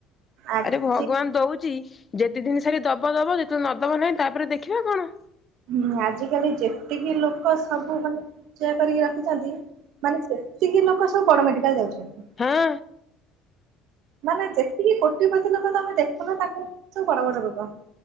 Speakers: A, on the right (about 70°); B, on the left (about 25°).
A: ଆଜି
B: ଆରେ ଭଗବାନ୍ ଦଉଚି ଯେତେ ଦିନିସାରି ଦବ ଦବ ଯେତେବେଳେ ନ ଦେବ ନାହିଁ, ତାପରେ ଦେଖିବା କଣ।
A: ହୁଁ ଆଜିକାଲି ଯେତିକି ଲୋକ ସବୁ ମାନେ ସଞ୍ଚୟ କରିକି ରଖିଚନ୍ତି। ମାନେ ସେତିକି ଲୋକ ସବୁ ବଡ ମେଡିକାଲ୍ ଯାଉଚନ୍ତି।
B: ହଁ।
A: ମାନେ ଯେତିକି କୋଟିପତି ଲୋକ ତମେ ଦେଖୁନ ତାଙ୍କର ସବୁ ବଡ ବଡ ରୋଗ।